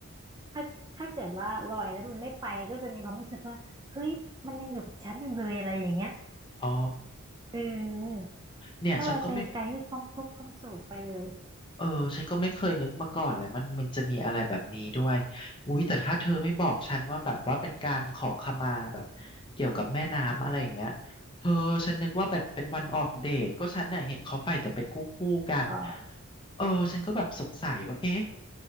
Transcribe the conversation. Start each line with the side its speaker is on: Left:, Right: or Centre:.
Right: ถ้าถ้าเกิดว่าลอยแล้วมันไม่ไปก็จะมีความรู้สึกว่าเฮ้ยมันยังอยู่กับฉันอยู่เลยอะไรอย่างเงี้ย
Left: อ๋อ
Right: เออ
Left: เนี่ยฉันก็ไม่
Right: ถ้าลอยไปไกลคือความทุกข์ความโศกไปเลย
Left: เออฉันก็ไม่เคยนึกมาก่อนเลยมันมันจะมีอะไรแบบนี้ด้วยอุ้ยแต่ถ้าเธอไม่บอกฉันว่าแบบว่าเป็นการขอขมาแบบเกี่ยวกับแม่น้ำอะไรอย่างเงี้ยเธอฉันนึกว่าแบบเป็นวันออกเดทก็ฉันน่ะเห็นเขาไปแต่เป็นคู่คู่กัน
Right: อ๋อ
Left: เออฉันก็แบบสงสัยว่าเอ๊ะ